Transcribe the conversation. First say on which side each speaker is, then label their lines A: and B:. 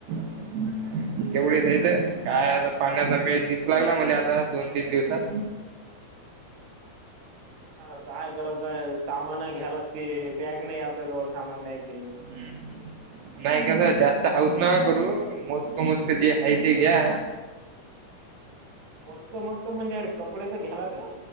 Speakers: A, on the right; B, on the right.
A: <inaudible> <inaudible> तेवढीच हायत काय आता पाण्याचा मेळ दिसू लागला मला आता दोन तीन दिवसात
B: ह काय करत आहे सामान घ्यायला लाग ते बॅग नाही आपल्याजवळ सामान न्यायचे
A: ह <inaudible> नाही कास जास्त हाऊस <inaudible> नका करू मोजकं -मोजकं जे हाय ते घ्या
B: मोजकं- मोजकं म्हणजे अरे कपडे तर घ्यालागल